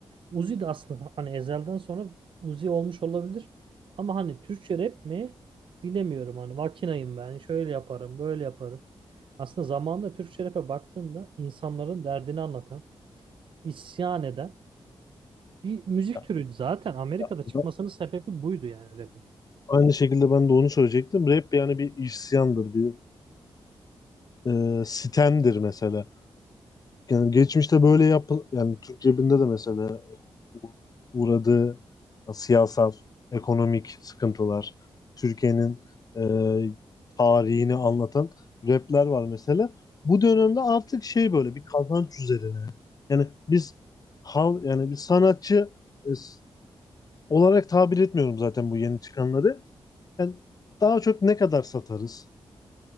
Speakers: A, on the right (about 60°); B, on the left (about 40°).
A: Uzi de aslında hani Ezel'den sonra Uzi olmuş olabilir ama hani Türkçe rap mi bilemiyorum hani makinayım ben şöyle yaparım böyle yaparım. Aslında zamanında Türkçe rap'e baktığında insanların derdini anlatan, isyan eden bir müzik
B: ya-
A: türüydü zaten. Amerika'da
B: ya-
A: çıkmasının sebebi buydu yani rap'in.
B: aynı şekilde ben de onu söyleyecektim. Rap yani bir isyandır, bir e, sitemdir mesela. Yani geçmişte böyle yap yani Türk cebinde de mesela e, u- uğradığı siyasal, ekonomik sıkıntılar, Türkiye'nin e, tarihini anlatan rapler var mesela. Bu dönemde artık şey böyle bir kazanç üzerine. Yani biz hal yani bir sanatçı e, s- olarak tabir etmiyorum zaten bu yeni çıkanları. Yani daha çok ne kadar satarız?